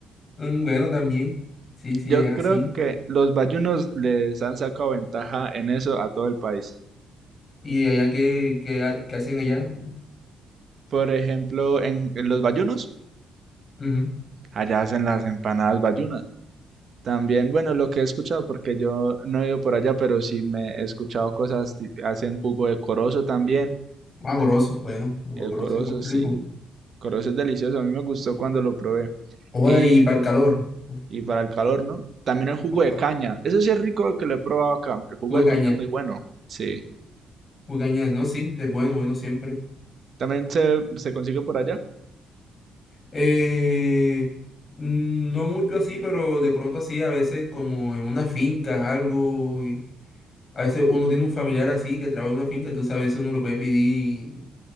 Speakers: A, on the left; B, on the right.
A: Mm, Bueno, también. Sí, sí,
B: Yo
A: es así.
B: creo que los bayunos les han sacado ventaja en eso a todo el país.
A: ¿Y allá qué, qué, ha- qué hacen allá?
B: Por ejemplo, en, en los bayunos,
A: Ujú.
B: allá hacen las empanadas bayunas. También, bueno, lo que he escuchado, porque yo no he ido por allá, pero sí me he escuchado cosas, ti- hacen jugo de corozo también.
A: Ah, goroso. Bueno, goroso,
B: El corozo,
A: rico.
B: sí. Corozo es delicioso, a mí me gustó cuando lo probé.
A: Joda,
B: Y,
A: y para el calor. Uf,
B: y para el calor, ¿no? También el jugo
A: Joda.
B: de caña. Eso sí es rico que lo he probado acá. El jugo
A: Huecaña.
B: de caña es muy bueno. Sí.
A: Huecaña, no, sí, es bueno, bueno siempre.
B: También se, se consigue por allá.
A: Eh, mm, no mucho así, pero de pronto así, a veces como en una finca, algo. y a veces uno tiene un familiar así que trabaja en una finca, entonces a veces uno lo puede pedir